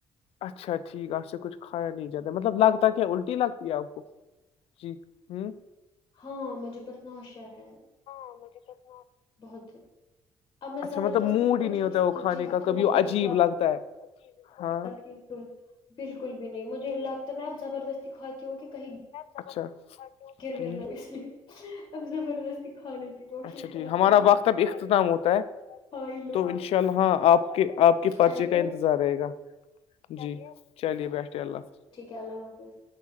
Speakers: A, on the left; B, on the left.
A: اچھا ٹھیک ہے آپ سے کچھ کھایا نہیں جاتا مطلب لگتا کیا الٹی لگتی ہے آپ کو- جی ہوں-
B: ہاں, مجھے بس ناشا ہے-
A: س
B: بہت، ار
A: اچھا
B: زبردستی
A: مطلب موڈ ہی
B: کچھ
A: نہیں ہوتا
B: کچھ
A: ہے وہ کھانے
B: چیز
A: کا
B: تھوڑی
A: کبھی وہ
B: تھوڑیوا
A: عجیب لگتا ہے ہاں
B: اکل بالکل بھی نہیں مجھے لگتا ہے میں آپ زبردستی کھاتی ہوں کہیں-
A: اچھا ہ
B: گر ور نہ اس لیے اب زبردستی کھانے کی کوشش
A: اچھا ٹھیک
B: کرتی
A: ہمارا
B: ہوں کہ
A: وقت تب اختتام ہوتا ہے
B: ہائی لو
A: تو ان شاء اللہ آپ کے آپ کے پرچے
B: چلیے
A: کا انتظام- رہے گا جی چلیے بیٹھے اللہ حاظ-
B: ٹھیک ہے اللہ حافظ-